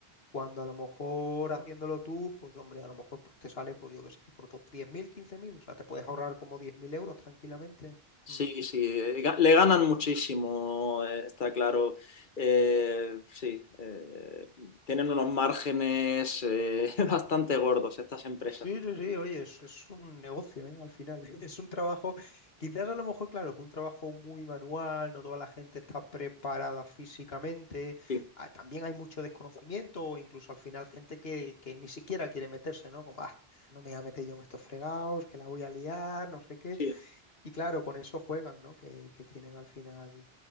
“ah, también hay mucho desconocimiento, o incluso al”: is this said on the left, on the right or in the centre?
Left